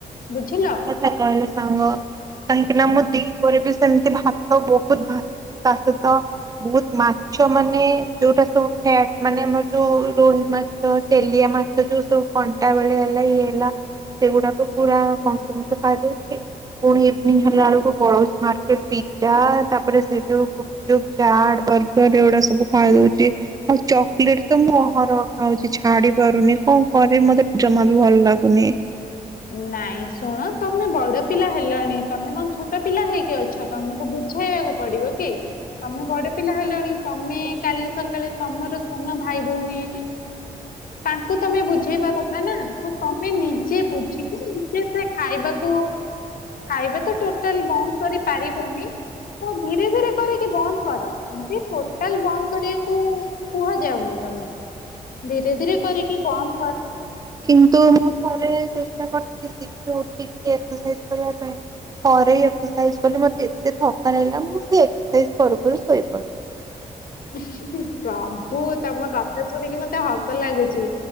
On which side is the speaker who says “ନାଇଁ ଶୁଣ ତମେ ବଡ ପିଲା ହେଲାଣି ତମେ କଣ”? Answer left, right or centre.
Left